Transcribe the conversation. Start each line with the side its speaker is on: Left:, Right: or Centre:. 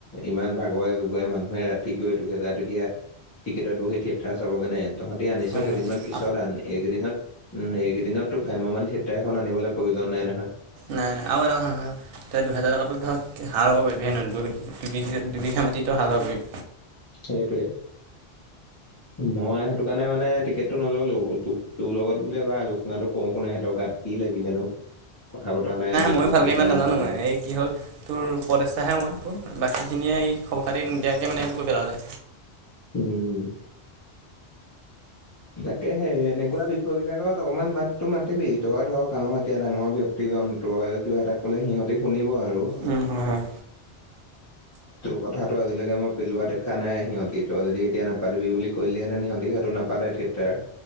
Left: ইমান ভাগৰে জোগৰে মানুহে ৰাতি। তি গৈ দুহেজাৰ টকীয়া টিকটত বহি থিয়েটাৰ চাব কাৰণে তহঁতি আনি। ত
Right: হয়
Left: কেইদিনমান
Right: হয়
Left: পিছত আন একেইদিনত। উম এইকদিনতটো ভাম্যমান থিয়েটাৰ এখন আনিবলৈ প্ৰয়োজন নাই নহয়।
Right: নাই আৰু এটা কথা নহয়। তই দুহেজাৰ টকাতো ধৰ হাৰ হব পাৰিবি হেনঘ দুবিঘা মাটিতো হাল বাবি।
Left: সেইটোৱে। মই সেইটো কাৰণে মানে টিকেট টো তোৰ লগত বোলে ভাল। <inaudible> কওঁ শুন সিহতৰ গাত কি লাগিলেনো কথা বতৰা নাই এতিয়া
Right: ময়ো
Left: আগত
Right: ভালকৈ
Left: থিয়েটাৰ
Right: ইমান
Left: এখন
Right: নাজানো
Left: পাতিলে।
Right: মানে এই কি হ'ল। তোৰ উপদেষ্টাহে মই তোৰ বাকীখিনিয়ে এই খবৰ খাতি নিদিয়াকৈ মানে এবোৰ কৰি পেলালে।
Left: উম তাকে সেই এনেকুৱা। বিষয় বিলাকত অকনমান মাতো মাতিবি তই ধৰ গাঁৱৰ এতিয়া ডাঙৰ ব্যক্তিজন তই কিবা এটা। ক'লে সিহঁতে শুনিব আৰু।
Right: উম হয় হয়।
Left: তোৰ কথাাতটো আজিলৈকে মই পেলোৱা দেখা নাই সিহঁতি তই যদি এতিয়া নাপাতিবি বুলি। কৰিলেহেনো সিহঁতি নাপাতে থিয়েটাৰ।